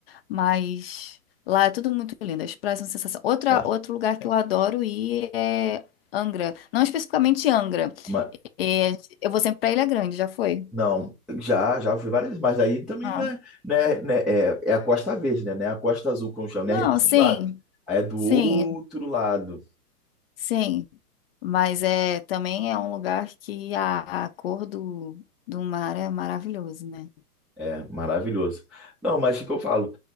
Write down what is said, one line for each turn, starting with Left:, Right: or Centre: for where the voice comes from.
Left: Mas lá é tudo muito lindo, as praias são sensação. Outra,
Centre: É.
Left: outro lugar que eu adoro ir é Angra. Não especificamente Angra.
Centre: Mas,
Left: É, eu vou sempre pra Ilha Grande, já foi?
Centre: não, já, já fui várias vezes, mas aí também
Left: Ah.
Centre: não é, não é, né, é, é é a Costa Verde, né? Não é a Costa Azul, como chama,
Left: Não,
Centre: né? É a região dos
Left: sim,
Centre: lagos. Aí é do
Left: sim,
Centre: outro lado.
Left: sim. Mas é também é um lugar que a, a cor do, do mar é maravilhoso, né?
Centre: É, maravilhoso. Não, mas o que eu falo?